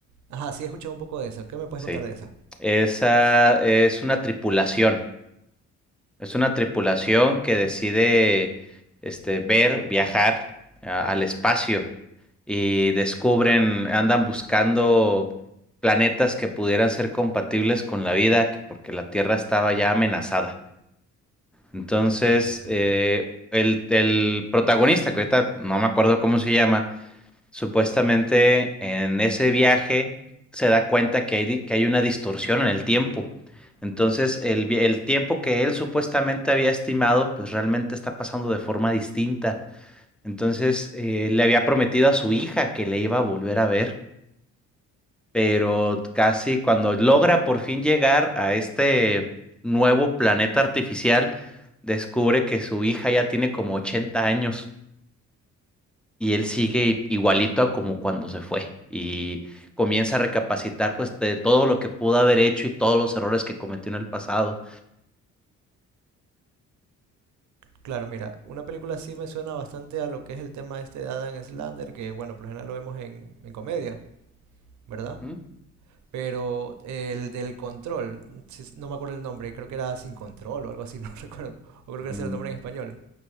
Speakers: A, on the right; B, in the centre.
A: Ajá, sí, he escuchado un poco de eso. ¿Qué me puedes
B: Sí.
A: contar de esa?
B: Esa es una tripulación. Es una tripulación que decide este, ver, viajar a- al espacio y descubren, andan buscando planetas que pudieran ser compatibles con la vida, que- porque la Tierra estaba ya amenazada. Entonces,
A: Ajá, excelente.
B: eh, el, el protagonista, que ahorita no me acuerdo cómo se llama, Supuestamente en ese viaje se da cuenta que hay, di- que hay una distorsión en el tiempo. Entonces, el, vi- el tiempo que él supuestamente había estimado, pues realmente está pasando de forma distinta. Entonces, eh, le había prometido a su hija que le iba a volver a ver, pero casi cuando logra por fin llegar a este nuevo planeta artificial, descubre que su hija ya tiene como 80 años y él sigue
A: No.
B: igualito a como cuando se fue y comienza a recapacitar pues de todo lo que pudo haber hecho y todos los errores que cometió en el pasado.
A: Claro, mira, una película así me suena bastante a lo que es el tema este de Adam Slander, que bueno, por lo general lo vemos en, en comedia, ¿verdad?
B: Ujú.
A: Pero el del control, si no me acuerdo el nombre, creo que era Sin Control o algo así, <laughs> no recuerdo, o creo que
B: Ujú.
A: ese era el nombre en español.